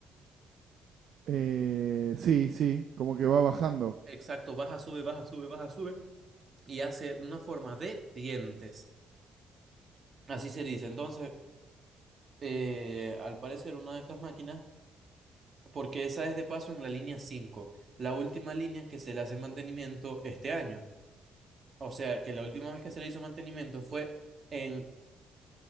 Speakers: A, on the right; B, on the right.
A: eh, sí, sí, como que va bajando.
B: Exacto, baja, sube, baja, sube, baja, sube. Y hace una forma de dientes. Así se dice. Entonces, eh, al parecer, una de estas máquinas, porque esa es de paso en la línea cinco la última línea que se le hace mantenimiento este año. O sea, que la última vez que se le hizo mantenimiento fue en